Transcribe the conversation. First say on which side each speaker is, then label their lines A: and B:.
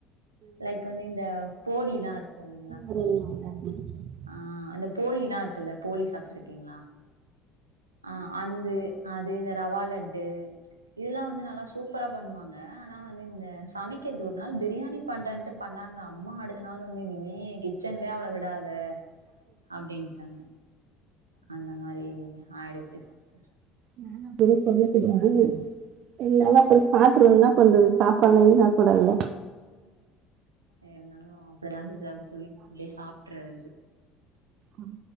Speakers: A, on the right; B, on the right.
A: லைக் வந்து இந்த போலி எல்லா இருக்கு இல்லீங்களா
B: ம்
A: ஆ அந்த போலில்லா இருக்குல்ல போலி சாப்ட்ருக்கீங்களா ஆ அந்து அது இந்த ரவா லட்டு இதெல்லா வந்து நல்லா சூப்பரா பண்ணுவாங்க ஆனா வந்து இந்த சமைக் கறது ஒரு நாள் பிரியாணி பண்றன்ட்டு பண்ணாங்க அம்மா அடுத் த நாள் வந்து இனிமே கிச்சன்லயே அவள விடாத அப்டின்ட்டாங்க அந்த மாரி ஆயிடுச்சி சிஸ்டர்
B: வேணா அப்பயே சொல்லிருக்கலாம்ல எல்லாரு அப்புறோ சாப்ட்டுறனு இன்னா பண்றது சாப்பாலன்னையு சாப்பிடல
A: இருந்தாலு அப்டிதா சிஸ்ட அப்டி சொல்லி அப்டியே சாப்ட்றது
B: ம்